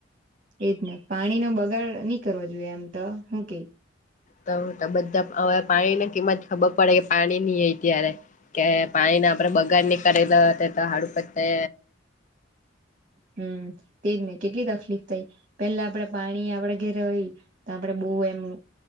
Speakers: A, on the right; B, on the left.
A: એજ ને પાણીનોો બગાડ નહી કરવાો જોઈએ એમ તો હું કેઈ.
B: તો તો બધા હવે પાણીની કિંમત ખબર પડે કે પાણી નહી હય ત્યારે. કે પાણી ના આપણેે બગાર ની કરેલા તો હાડુપતે.
A: હમ તેજ નઈ કેટલી તકલીફ થઈ પેલા આપડે પાણી આપડે ઘેરે હોય તો આપડે. ઓ એમું.